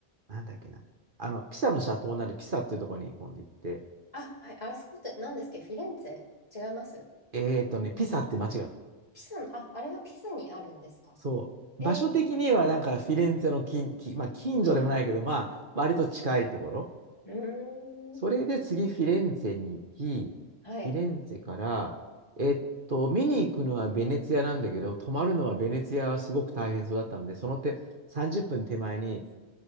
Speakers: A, on the right; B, on the left.
A: なんだっけな、あの、ピサの斜塔になるピサっていうところに今度行って、
B: あ、はい。あそこって何ですかフィレンツェ違います
A: えーっとね、ピサって街が
B: ピサの、あ、あれはピサにあるんですか
A: そう。
B: えー。
A: 場所的にはなんかフィレンツェの近、きまあ、近所でもないけど、まあ、割と近いところ。
B: うーん。
A: それで次フィレンツェに行き、
B: はい。
A: フィレンツェから、えっと、見に行くのはベネツィアなんだけど、泊まるのはベネツィアはすごく大変そうだったので、その手、30分手前に